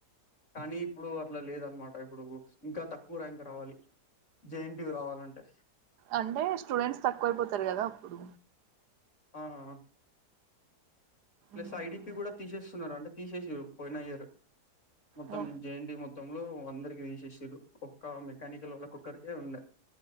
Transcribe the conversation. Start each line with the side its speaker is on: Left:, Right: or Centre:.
Left: కానీ ఇప్పుడు అట్లా లేదనమాట ఇప్పుడు ఇంకా తక్కువ ర్యాంక్ రావాలి జెఎన్టీయు రావాలంటే
Right: అంటే స్టూడెంట్స్ తక్కువై పోతారు కదా అప్పుడు
Left: ఆ ప్లస్
Right: మ్మ్.
Left: ఐడిపీ కూడా తీసేస్తున్నారు అంటే తీసేసిరు పోయిన ఇయర్ మొత్తం
Right: ఓ,
Left: జేఎన్డి మొత్తం మొత్తంలో అందరికి తీసేసిర్రు ఒక్క మెకానికల్ వాళ్ళకిక్కరికే ఉండ